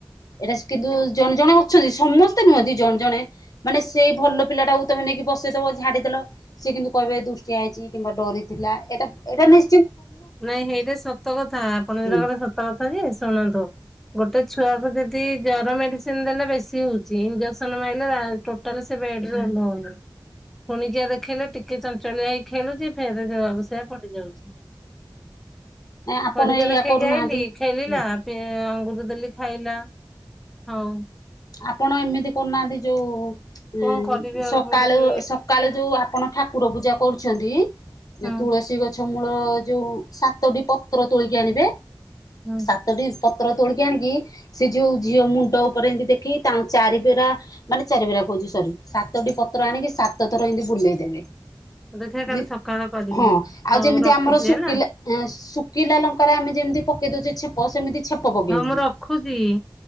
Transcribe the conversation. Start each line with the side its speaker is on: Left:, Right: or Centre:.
Left: ଏଇଟା କିନ୍ତୁ ଜଣେ ଜଣେ ଅଛନ୍ତି ସମସ୍ତେ ନୁହଁନ୍ତି ଜଣେ ଜଣେ ମାନେ ସେଇ ଭଲ ପିଲାଟାକୁ ତମେ ନେଇକି ବସେଇଥବ ଝାଡିଦେଲ ସିଏ କିନ୍ତୁ କହିବେ ଦୃଷ୍ଟି ହେଇଛି କିମ୍ବା ଡରି ଥିଲା ଏଇଟା ଏଇଟା ନି
Centre: ନାଇଁ ହେଇଟା ସତ କଥା ଆପଣ ଯୋଉଟା
Left: ହୁଁ
Centre: କହିଲେ ସତ କଥା ଯେ ଶୁଣନ୍ତୁ ଗୋ ଟେ ଛୁଆକୁ ଯଦି ଜର ମେଡିସିନ ଦେଲେ ବେଶୀ ହଉଛି ଇଞ୍ଜେକ୍ସନ ମାଇଲେ ଟୋଟାଲ ସେ ବେଡରେ ଓହ୍ଲଉନି। ଖୁଣିକିଆ ଦେଖିଲେ ଟିକେ ଚଞ୍ଚଳିଆ ହେଇ ଖେଳୁଛି ଫେରେ ଯଉଆକୁ ସେଇଆ ପଡିଯାଉଛି।
Left: ନାଇଁ ଆପଣ
Centre: ଖରିକା
Left: ଏଇଆ
Centre: ଦେଖେଇକି
Left: କରୁନାହାନ୍ତି
Centre: ଆଇଲିି ଖେଳିଲା
Left: ହୁଁ
Centre: ଅଙ୍ଗ ଦେଲି ଖାଇଲା ହଉ।
Left: ଆପଣ ଏମିତି କରୁନାହାନ୍ତି ଯଉ
Centre: କଣ
Left: ଇଁ
Centre: କରିବି
Left: ଇଁ
Centre: ଆଉ
Left: ସକାଳ
Centre: ମୁଁ କିଛି
Left: ସକାଳୁ ଯୋଉ ଆପଣ ଠାକୁର ପୂଜା କରୁଛନ୍ତି
Centre: ହୁଁ
Left: ଯୋଉ ତୁଳସୀ ଗଛ ମୂଳ ଯୋଉ ସାତଟି ପତ୍ର ତୋଳିକି ଆଣିବେ
Centre: ହୁଁ
Left: ସାତଟି ପତ୍ର ତୋଳିକି ଆଣିକି ସେ ଯୋଉ ଝିଅ ମୁଣ୍ଡ ଉପରେ ଏମିତି ଦେଖ କି ତାଙ୍କ ଚାରିଭେରା ମାନେ ଚାରିଭେରା କହୁଛି ସରି ସାତଟି ପତ୍ର ଆଣିକି ସାତ ଥର ଏମିତି ବୁଲେଇ ଦେବେ।
Centre: ଦେଖିବେ କାଲି
Left: ଯେ
Centre: ସକାଳ କରିବି
Left: ହଁ ଆଉ
Centre: ହଉ
Left: ଯେମିତି
Centre: ରଖୁଛି
Left: ଆମର ଶୁଖିଲା
Centre: ହେଲା
Left: ଶୁଖିଲା ଲଙ୍କାରେ ଆମେ ଯେମିତି କେଦୁଛି ଛେପ ସେମିତି ଛେପ ପକେଇବନି
Centre: ହଉ ମୁଁ ରଖୁଛି।